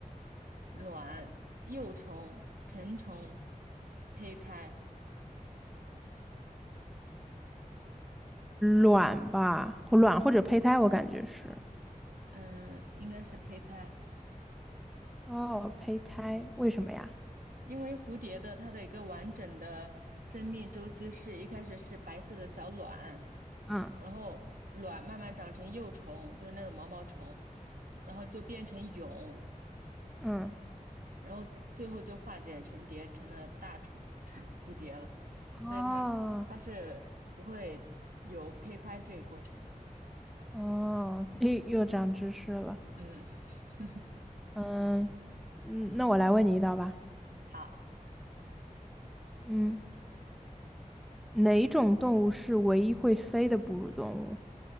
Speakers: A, on the right; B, in the centre.
A: 卵、幼虫、成虫、胚胎，
B: 卵吧，卵或者胚胎，我感觉是。
A: 嗯，应该是胚胎。
B: 哦，胚胎，为什么呀？
A: 因为蝴蝶的它的一个完整的生命周期是一开始是白色的小卵，
B: 嗯
A: 然后卵慢慢长成幼虫，就是那种毛毛虫，然后就变成蛹，
B: 嗯，
A: 然后最后就化茧成蝶，成了大虫，成蝴蝶了。
B: 哦
A: 所以它它是不会有胚胎这一过程的。
B: 哦，又又长知识了。
A: 嗯，<laughs>
B: 嗯。嗯，那我来问你一道吧。
A: 好，
B: 嗯，哪种动物是唯一会飞的哺乳动物？